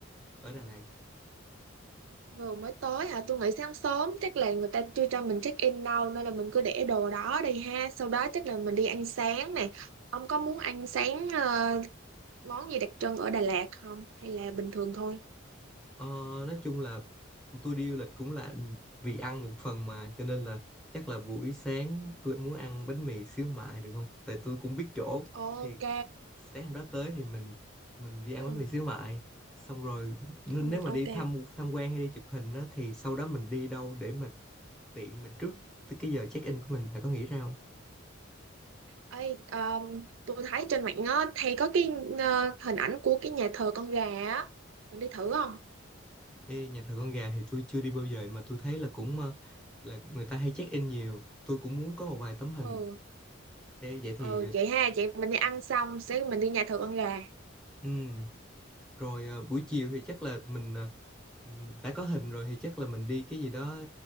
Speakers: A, in the centre; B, on the right (about 70°).
A: ở Đà Lạt
B: vừa mới tới hả tôi nghĩ sáng sớm chắc là người ta chưa cho mình check in đâu nên là mình cứ để đồ đó đi ha sau đó chắc là mình đi ăn sáng nè ông có muốn ăn sáng ờ, món gì đặc trưng ở Đà Lạt không hay là bình thường thôi
A: Ờ, nói chung là tôi đi du lịch cũng là vì ăn một phần mà cho nên là chắc là buổi sáng tôi muốn ăn bánh mì xíu mại được không? Tại tôi cũng biết chỗ
B: ok
A: thì sáng hôm đó tới thì mình mình đi ăn
B: Ừ.
A: bánh mì xíu mại xong rồi n-
B: Ừ,
A: nếu mà
B: ok.
A: đi thăm tham quan hay đi chụp hình á thì sau đó mình đi đâu để mà tiện mà trước tới cái giờ check-in của mình bạn có nghĩ ra không?
B: Ê, um, tôi thấy trên mạng á, thì có cái ờ, hình ảnh của cái nhà thờ con gà á. Mình đi thử không?
A: Ê, nhà thờ con gà thì tôi chưa đi bao giờ mà tôi thấy là cũng ờ, là người ta hay check-in nhiều tôi cũng muốn có một vài tấm hình
B: Ừ.
A: Ê, vậy thì
B: Ừ, vậy ha, chị mình đi ăn xong sẽ mình đi nhà thờ con gà.
A: ừ rồi ờ, buổi chiều thì chắc là mình ờ, ừm, đã có hình rồi thì chắc là mình đi cái gì đó